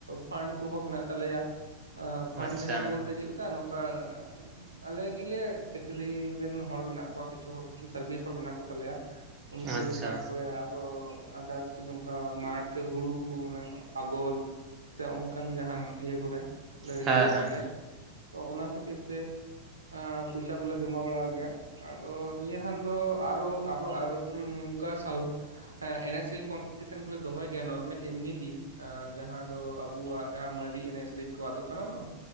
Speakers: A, on the right; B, on the right.
A: ᱯᱷᱟᱱᱰ ᱠᱩᱦᱚᱸ ᱢᱮᱱᱟᱜᱼᱼ ᱛᱟᱞᱮᱭᱟ ᱟ ᱯᱷᱟᱱᱰ
B: ᱟᱪᱪᱷᱟ
A: ᱢᱮᱱᱟᱜ ᱵᱚᱞᱛᱮ ᱪᱮᱫ ᱞᱮᱠᱟ ᱱᱚᱝᱠᱟ ᱚᱻ ᱟᱞᱮ ᱜᱤᱞᱮ ᱪᱟᱹᱠᱨᱤ ᱨᱮᱱ ᱦᱚᱲ ᱢᱮᱱᱟᱜ ᱠᱚᱣᱟ ᱠᱤᱪᱷᱩ ᱦᱚᱲ ᱥᱟᱨᱵᱤᱥ ᱦᱚᱲ ᱢᱮᱱᱟᱜ ᱠᱚ ᱛᱟᱞᱮᱭᱟ᱾ ᱩᱱᱠᱩ
B: ᱟᱪᱪᱷᱟ
A: ᱛᱟᱨᱯᱚᱨᱮ ᱟᱨᱚ ᱟᱫᱟᱨᱼᱼ ᱥᱮ ᱱᱩᱝᱠᱟ ᱢᱟᱴᱷ ᱦᱩᱲᱩ ᱠᱚ ᱚᱱᱮ ᱟᱜᱚᱞ ᱥᱮ ᱚᱱᱠᱟᱱ ᱡᱟᱦᱟᱱ ᱤᱭᱟᱹ ᱠᱚᱨᱮ᱾ ᱞᱮ
B: ᱦᱮᱸ
A: ᱤᱭᱟᱹ ᱵᱟᱲᱟᱭ
B: ᱦᱮᱸ
A: ᱜᱮᱭᱟ ᱛᱚ ᱚᱱᱟ ᱠᱷᱟᱹᱛᱤᱨ ᱛᱮ᱾ ᱟᱸ ᱯᱩᱭᱥᱟ ᱠᱚᱞᱮ ᱡᱚᱢᱟ ᱵᱟᱲᱟᱣ ᱜᱮᱭᱟ᱾ ᱟᱫᱚ ᱱᱤᱭᱟᱹ ᱫᱷᱟᱱ ᱫᱚ ᱟᱨᱚ ᱟᱨᱚ ᱩᱸ ᱩᱱᱠᱟ ᱥᱟᱣᱩᱼᱼ ᱮᱱᱮᱡ ᱥᱮᱨᱮᱧ ᱠᱚᱢᱯᱤᱴᱚᱱ ᱠᱚᱞᱮ ᱫᱚᱦᱚᱭ ᱜᱮᱭᱟ ᱱᱚᱨᱢᱮᱞ ᱮᱢᱱᱤ ᱫᱤᱱ ᱟᱸ ᱡᱟᱦᱟᱸ ᱫᱚ ᱟᱵᱩᱣᱟᱜ ᱡᱟᱦᱟᱸ ᱢᱟᱞ ᱮᱱᱮᱡ ᱥᱮᱨᱮᱧ ᱠᱚ ᱟᱫᱚᱜ ᱠᱟᱱᱟ ᱛᱚ